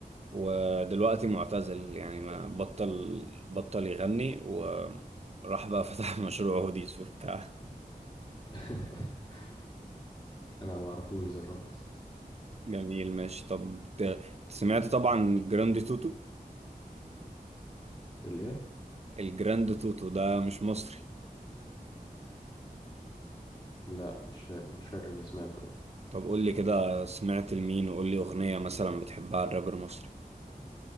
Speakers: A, on the right; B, on the left.
A: ودلوقتي معتزل يعني ما بطل بطل يغني وراح بقى فتح <laughs> مشروع هوديز وبتاع
B: <laughs> انا ما اعرفوش ده خالص
A: جميل ماشي طب ت- سمعت طبعا جراند توتو
B: الايه
A: الجراند توتو ده مش مصري
B: لا مش فاكر مش فاكر اني سمعته لا
A: طب قول لي كده سمعت لمين وقول لي أغنية مثلا بتحبها الرابر المصري